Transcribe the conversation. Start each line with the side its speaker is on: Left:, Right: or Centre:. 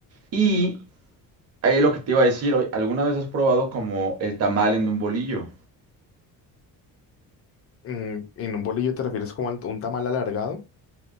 Right: Y ahí lo que te iba a decir, hoy, ¿alguna vez has probado como el tamal en un bolillo?
Left: en en un bolillo te refieres como a un tamal alargado.